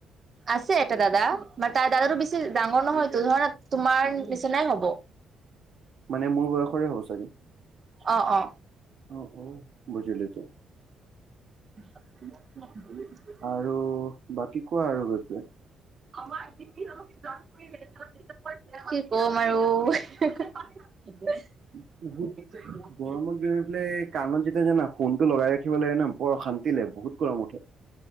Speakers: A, on the right; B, on the right.
A: আছে, এটা দাদা। মানে, তাৰ দাদাটো বেছি ডাঙৰ নহয়তো, ধৰা তোমাৰ নিচনাই হ'ব।
B: মানে, মোৰ বয়সৰে হ'ব চাগে।
A: অ'! অ'!
B: অ', অ', বুজিলোঁ এতিয়া।
A: <unintelligible>
B: আৰু বাকী কোৱা আৰু <unintelligible>
A: <unintelligible> কি কম আৰু <unintelligible>
B: <inaudible>
A: <unintelligible>
B: গৰমত গৈ পেলাই, কাণত যেতিয়া, জানা! ফোন টো লগাই ৰাখিব লাগে ন'! বৰ অশান্তি লাগে, বহুত গৰম উঠে।